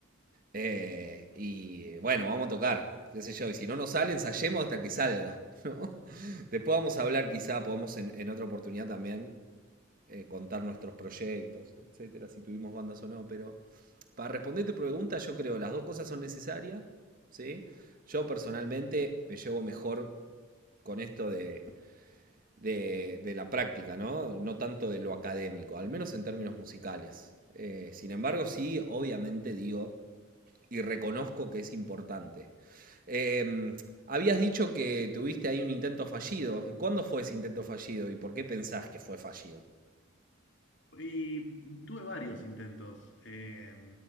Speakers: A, on the right; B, on the left.
A: eh, y bueno, vamos a tocar, qué sé yo. Y si no nos sale, ensayemos hasta que salga, ¿no? <laughs> Después vamos a hablar, quizá podemos en, en otra oportunidad también eh, contar nuestros proyectos, etcétera, si tuvimos bandas o no. Pero para responder tu pregunta, yo creo las dos cosas son necesarias, ¿sí? Yo personalmente me llevo mejor con esto de, de, de la práctica, ¿no? No tanto de lo académico, al menos en términos musicales. Eh, sin embargo, sí, obviamente digo, y reconozco que es importante. Eh, habías dicho que tuviste ahí un intento fallido. ¿Cuándo fue ese intento fallido y por qué pensás que fue fallido?
B: Y tuve varios intentos eh,